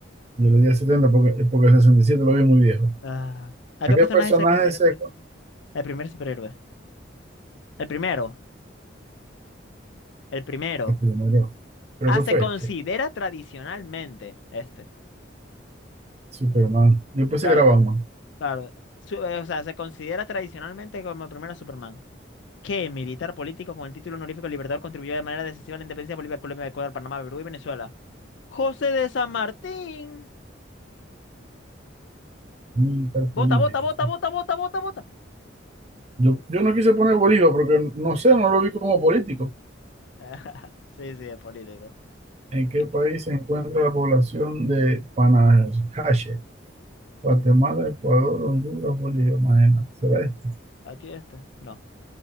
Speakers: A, on the right; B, on the left.
A: Yo le di a 70 porque, porque 67 lo vi muy viejo.
B: Ah, ¿a
A: ¿A
B: qué
A: qué
B: personaje
A: personaje
B: se considera
A: se,
B: tradicional? El primer superhéroe. El primero, el primero.
A: El primero, creo
B: Ah,
A: que
B: se
A: fue
B: considera
A: este,
B: tradicionalmente este.
A: Superman. Después
B: Claro,
A: se grababa más.
B: Claro, su- eh, o sea, se considera tradicionalmente como el primer Superman, que militar político con el título honorífico Libertador contribuyó de manera decisiva a la independencia de Bolivia, Colombia, Ecuador, Panamá, Perú y Venezuela. José de San Martín.
A: Militar político.
B: Vota, vota, vota,
A: sí.
B: vota, vota, vota, vota.
A: Yo, yo no quise poner Bolívar porque no sé, no lo vi como político.
B: <laughs> Sí, sí, es político.
A: ¿En qué
B: En-
A: país se encuentra la población de Panajache? Guatemala, Ecuador, Honduras, Bolivia, imagínate. ¿Será este?
B: Aquí está. No,